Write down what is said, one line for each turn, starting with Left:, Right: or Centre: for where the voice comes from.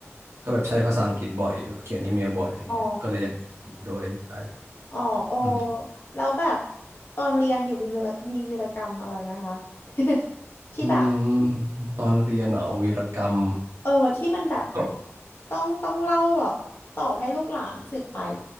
Right: ก็แบบใช้ภาษาอังกฤษบ่อยแบบเขียนอีเมลบ่อยอะไรเงี้ยก็เลยจะได้ด้วยใช่
Left: อ๋ออ๋อโอ
Right: อืม
Left: แล้วแบบตอนเรียนอยู่มีเวลามีวีรกรรมอะไรไหมคะ <laughs> ที่แบบ
Right: อืมตอนเรียนเหรอวีรกรรม
Left: เออที่มันแบบ
Right: ก็
Left: ต้องต้องเล่าแบบต่อให้ลูกหลานสืบไป